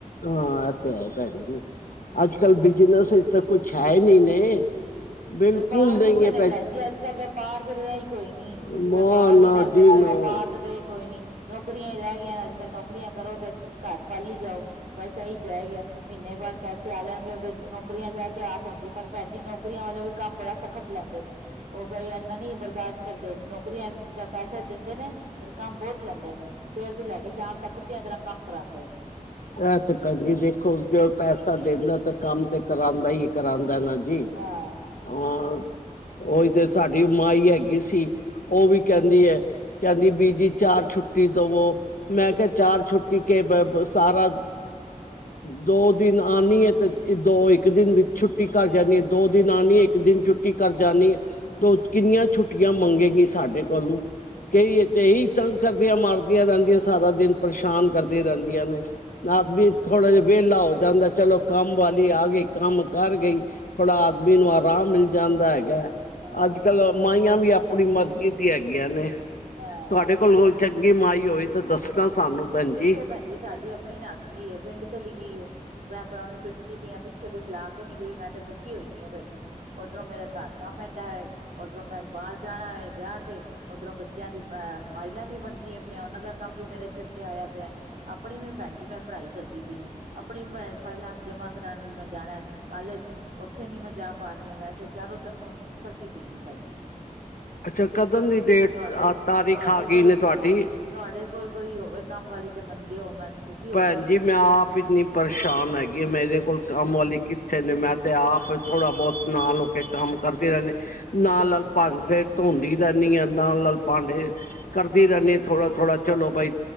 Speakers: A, on the left (about 80°); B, on the right (about 75°).
A: ਹਾਂ ਇਹ ਤੇ ਹੈ ਭੈਣ ਜੀ ਅੱਜ <unintelligible> ਕੱਲ ਬਿਜਨਸ ਤਾਂ ਕੁ ਛਾਏ ਨੀ ਨੇ, ਬਿਲਕੁਲ
B: ਵਪਾਰ
A: ਨਹੀਂ
B: ਕਿੱਥੇ
A: ਹੈ
B: ਨੇ ਭੈਣ ਜੀ ਅੱਜ ਕੱਲ੍ਹ ਵਪਾਰ ਤੇ ਰਿਹਾ ਹੀ ਕੋਈ ਨੀ ਤੁਸੀਂ
A: ਨਾ
B: ਵਪਾਰਾਂ ਦੀ
A: ਨਾ
B: ਗੱਲ ਕਰਦੇ
A: ਜੀ ਨਾ
B: ਹੋ ਵਪਾਰ ਤੇ ਰਹੇ ਕੋਈ ਨੀ ਨੌਕਰੀਆਂ ਹੀ ਰਹਿ ਗਈਆਂ ਨੇ ਅੱਜ। ਨੌਕਰੀਆਂ ਕਰੋ ਤੇ ਘਰ ਪਾਲੀ ਜਾਓ, <unintelligible> ਬਸ ਏਹ ਚ ਆ ਗਿਆ। ਮਹੀਨੇ ਬਾਅਦ ਪੈਸੇ ਆ ਜਾਣਗੇ ਉਹਦੇ ਚ ਨੌਕਰੀਆਂ ਚ ਇਤਿਹਾਸ ਹੁੰਦੀ ਹੈ ਪਰ ਭੈਣ ਜੀ ਨੌਕਰੀਆਂ ਵੱਲੋਂ ਵੀ। ਕੰਮ ਬੜਾ ਸਖਤ ਲੈਂਦੇ ਨੇ ਉਹ ਕਈ ਇਨਾ ਨਹੀਂ ਬਰਦਾਸ਼ਤ ਕਰਦੇ ਨੌਕਰੀਆਂ ਪੈਸੇ ਦਿੰਦੇ ਨੇ ਕੰਮ ਬਹੁਤ ਲੈਂਦੇ ਨੇ ਸਵੇਰ ਤੋਂ ਲੈ ਕੇ ਸ਼ਾਮ ਤੱਕ ਕੁੱਤਿਆਂ ਤਰ੍ਹਾਂ ਕੰਮ ਕਰਾਦੇ ਨੇ।
A: ਆਹ ਤੇ ਭੈਣਜੀ ਦੇਖੋ ਜੋ ਪੈਸਾ ਦਿੰਦਾ ਤਾਂ ਕੰਮ ਤੇ ਕਰਉਦਾ ਹੀ ਕਰਾਉਂਦਾ <unintelligible> ਪਹਿਲਾ ਜੀ ।
B: ਹਾਂ
A: ਉਹੀ ਤੇ ਸਾਡੀ ਮਾਈ ਹੈਗੀ ਸੀ ਉਹ ਵੀ ਕਹਿੰਦੀ ਹੈ ਕਹਿੰਦੀ ਬੀਬੀ ਚਾਰ ਛੁੱਟੀ ਦਵੋ ਮੈਂ ਕਿਹਾ ਚਾਰ ਛੁੱਟੀ ਕੇ, <unintelligible> ਸਾਰਾ ਦੋ ਦਿਨ ਆਉਣੀ ਏ ਤੇ ਦੋ ਇੱਕ ਦਿਨ ਵਿੱਚ, ਛੁੱਟੀ ਕਰ ਜਾਣੀ ਹੈ ਦੋ ਦਿਨ ਆਣੀ ਹੈ ਇੱਕ ਦਿਨ ਛੁੱਟੀ ਕਰ ਜਾਣੀ ਹੈ ਤ ਕਿੰਨੀਆਂ ਛੁੱਟੀਆਂ ਮੰਗੇਗੀ ਸਾਡੇ ਕੋਲੋਂ, ਕ ਤੇ ਇਹੀ ਤੰਗ ਕਰਦੀਆਂ ਮਾਰਦੀਆਂ ਰਹਿੰਦੀਆਂ ਸਾਰਾ ਦਿਨ, ਪਰੇਸ਼ਾਨ ਕਰਦੀਆਂ ਰਹਿੰਦੀਆਂ ਨੇ। ਨਾ ਵੀ ਥੋੜਾ ਜਿਹਾ ਵਿਹਲਾ ਹੋ ਜਾਂਦਾ ਚਲੋ, ਕੰਮ ਵਾਲੀ ਆ ਗਈ ਕੰਮ ਕਰ ਗਈ ਥੋੜਾ ਆਦਮੀ ਨੂੰ ਆਰਾਮ ਮਿਲ ਜਾਂਦਾ ਹੈ।
B: ਹਾਂ
A: ਅੱਜ-ਕੱਲ
B: ਹੋਰ ਕੀ
A: ਮਾਈਆਂ ਵੀ ਆਪ ਆਪਣੀ ਮਰਜ਼ੀ ਦੀ ਹੇਗੀਆ ਨੇ,
B: ਹਾਂ
A: ਤੁਹਾਡੇ ਕੋਲੋਂ, ਚੰਗੀ ਮਾਈ ਹੋਈ ਤਾਂ ਦੱਸਣਾ। ਸਾਨੂੰ ਭੈਣ
B: ਕਿੱਥੇ
A: ਜੀ
B: ਭੈਣਜੀ ਸਾਡੀ ਆਪਣੀ ਨਾਸੀ <unintelligible> ਗਈ ਪਿੰਡ ਚਲੀ ਗਈ ਮੈਂ ਉਹਨੂੰ ਪਿੱਟਦੀ ਪਈ ਹ ਪਿੱਛੇ ਕੁੱਛ ਲਾ ਕੇ ਨੀ ਗਈ ਮੈਂ ਤੇ ਦੁਖੀ ਹੋਈ ਪਈ ਹ ਭੈਣ ਜੀ ਉਓਧਰੋਂ ਮੇਰਾ ਘਰ ਕੰਮ ਐਏਡਾ ਹੈ ਉੱਧਰੋਂ ਮੈਂ ਬਾਹਰ ਜਾਣਾ ਵ ਵਿਆਹ ਤੇ ਉਓਧਰੋਂ ਬੱਚਿਆਂ ਦੀ ਅ ਫਾਈਲਾਂ ਨੀ ਬਣਦੀਆਂ ਪਈਆਂ ਉਹਨਾਂ ਦਾ ਕੰਮ ਵੀ ਮੇਰੇ ਸਿਰ <unintelligible> ਆਇਆ ਪਿਆ ਆਪਣੀ ਵੀ ਭੈਣ ਜੀ ਮੈਂ ਪੜ੍ਹਾਈ ਕਰਦੀ ਪਈ ਹਾਂ ਆਪਣੀ ਫਾਈਲਾਂ ਜਮਾ ਕਰਾਉਣ ਵੀ ਮੈਂ ਜਾਣਾ ਕਾਲਜ ਉੱਥੇ ਨੀ ਮੈਂ ਜਾ ਪਾ ਰਹੀ ਹਾਂ ਮੈਂ ਤੇ ਚਾਰੋ ਤਰਫੋਂ ਫਸੀ ਪਈ ਹਾਂ ਭੈਣ ਜੀ।
A: <unintelligible> ਅੱਛਾ ਕਦਣ ਦੀ ਡੇਟ
B: ਤੁਹਾਡੇ
A: ਆ ਤਾਰੀਖ
B: ਤੁਹਾਡੇ
A: ਆ ਗਈ
B: ਕੋਲ
A: ਨੇ ਤੁਹਾਡੀ
B: ਤੁਹਾਡੇ ਕੋਲ ਕੋਈ ਹੋਵੇ ਕੰਮ ਵਾਲੀ ਤੇ ਮੰਨਦੇ ਹੋ ਮੈਂ,
A: <unintelligible>
B: ਤੇ ਦੁਖੀ ਹੋਈ
A: ਭੈਣ
B: ਪਈ
A: ਜੀ
B: ਆ।
A: ਮੈਂ ਆਪ ਇੰਨੀ ਪਰੇਸ਼ਾਨ ਹੈਗੀ ਮੇਰੇ ਕੋਲ ਕੰਮ ਵਾਲੀ ਕਿ ਅੱਛੇ ਨੇ ਮੈਂ ਤੇ ਆਪ ਥੋੜ੍ਹਾ ਬਹੁਤ ਨਾਲ ਹੋ ਕੇ ਕੰਮ ਕਰਦੇ ਰਹਿੰਦੇ ਨਾਲ-ਨਾਲ ਭਾਂਡੇ ਧੋਂਦੀ, <unintelligible> ਰਹਿੰਦੀ ਹਾਂ ਨਾਲ-ਨਾਲ ਪਾਂਡੇ ਕਰਦੀ ਰਹਿੰਦੀ ਥੋੜਾ-ਥੋੜਾ ਚਲੋ ਬਾਈ